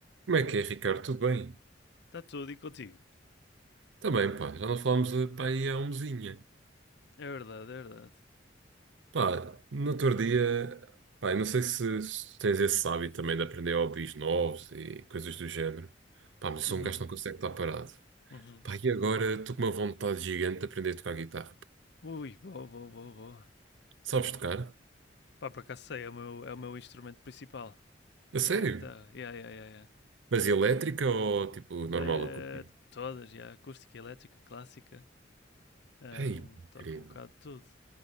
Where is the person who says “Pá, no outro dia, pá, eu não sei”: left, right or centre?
Right